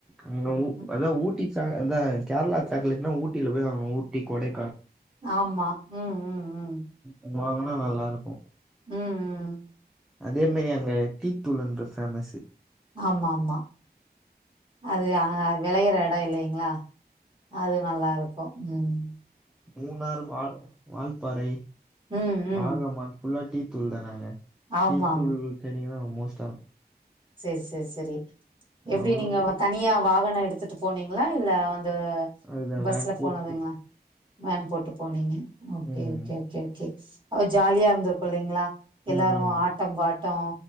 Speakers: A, in the centre; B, on the right.
A: அங்க
B: ம்,
A: அதா ஊட்டிச்சா அதா கேரளா சாக்லட்னா ஊட்டில போய் வாங்கணும் ஊட்டி கொடை
B: ஆமா உம் உம் உம்
A: அங்க வாங்கினா நல்லா இருக்கும்
B: உம்
A: அதே மாாரி அங்க டீத்தூள்ன்ற பேஃபேமஸ்ஸு
B: ஆமா ஆமா அது விளையற இட இல்லைங்களா அது நல்லா இரு கூ உம்
A: மூணாறு வா வால்பாறை
B: ம் ம்
A: ஆகமான் புல்லாட் டி தூல் தானாங்க
B: ஆமா
A: டி தூள் செடிகன மோச <inaudible>
B: சரி சரி சரி எப்படி
A: எவ்ளோ
B: நீங்க தனியா வாகன எடுத்துட்டு போனீங்களா இல்ல வந்து
A: அதுதா
B: அ பஸ்ல
A: வேன் கோச்சு
B: போனதுங்களா வேன் போட்டு போனீங்க ஓகே
A: ம்
B: ஓகே ஓகே ஓகே அவர் ஜாலியா இருந்திருக்கும்ல்லலைங்களா எல்லாரும்
A: ம்
B: ஆட்டம் பாட்டம்